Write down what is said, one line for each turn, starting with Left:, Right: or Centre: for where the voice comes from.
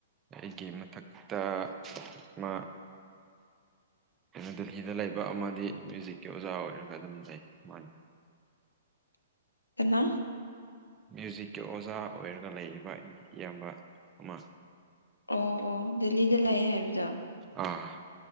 Right: ꯑꯩꯒꯤ ꯃꯊꯛꯇ ꯃꯥ ꯀꯩꯅꯣ ꯗꯦꯜꯂꯤꯗ ꯂꯩꯕ ꯑꯃꯗꯤ ꯃ꯭ꯌꯨꯖꯤꯛꯀꯤ ꯑꯣꯖꯥ ꯑꯣꯏꯔꯒ ꯑꯗꯨꯝ ꯂꯩ ꯃꯥꯅꯤ
Left: ꯀꯅꯥ
Right: ꯃ꯭ꯌꯨꯖꯤꯛꯀꯤ ꯑꯣꯖꯥ ꯑꯣꯏꯔꯒ ꯂꯩꯔꯤꯕ ꯏꯌꯥꯝꯕ ꯑꯃ
Left: ꯑꯣ ꯑꯣ ꯗꯦꯜꯂꯤꯗ ꯂꯑꯦ ꯍꯥꯏꯕꯗꯣ
Right: ꯑ